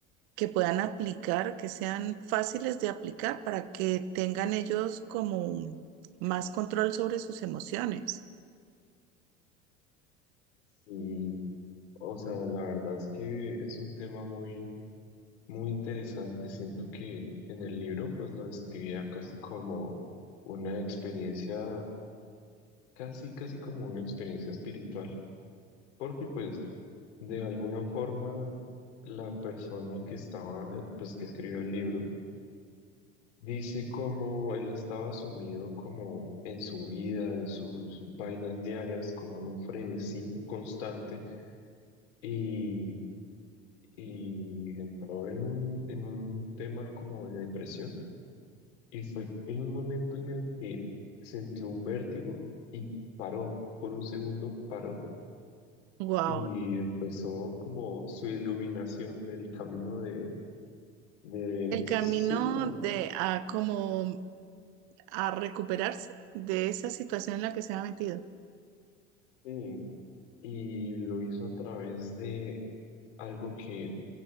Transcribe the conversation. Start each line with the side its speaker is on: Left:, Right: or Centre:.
Right: que puedan aplicar, que sean fáciles de aplicar para que tengan ellos como más control sobre sus emociones.
Left: Y, o sea, la verdad es que es un tema muy Muy interesante, siento que en el libro pues lo describía casi como una experiencia, casi casi como una experiencia espiritual, porque pues de alguna forma la persona que estaba, pues que escribió el libro, dice como él estaba sumido como en su vida, en sus vainas diarias, como en un frenesí constante y, y entró en un, en un tema como de depresión Y fue en un momento en el que sintió un vértigo y paró, por un segundo paró
Right: Wow,
Left: y empezó como su iluminación, el camino de, de
Right: El camino
Left: sí, como,
Right: de a como a recuperarse de esa situación en la que se ha metido.
Left: sí, y lo hizo a través de algo que